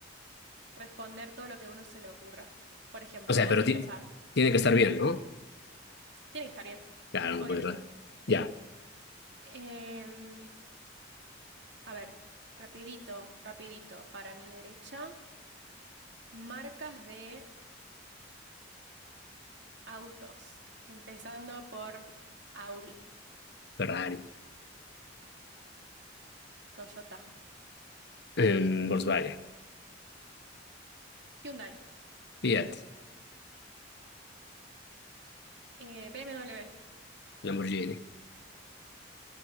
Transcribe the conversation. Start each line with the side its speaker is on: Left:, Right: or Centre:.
Right: responder todo lo que a uno se le ocurra. Por ejemplo,
Left: O sea,
Right: vamos
Left: pero
Right: a empezar.
Left: ti- tiene que estar bien, ¿no?
Right: Tiene que estar bien,
Left: Claro,
Right: obviamente.
Left: no puede errar. Ya,
Right: Em, a ver, rapidito, rapidito para mi derecha. Marcas de autos. Empezando por Audi,
Left: Ferrari,
Right: Toyota,
Left: em, Volkswagen,
Right: Hyundai,
Left: Fiat,
Right: eh, BMW.
Left: Lamborghini,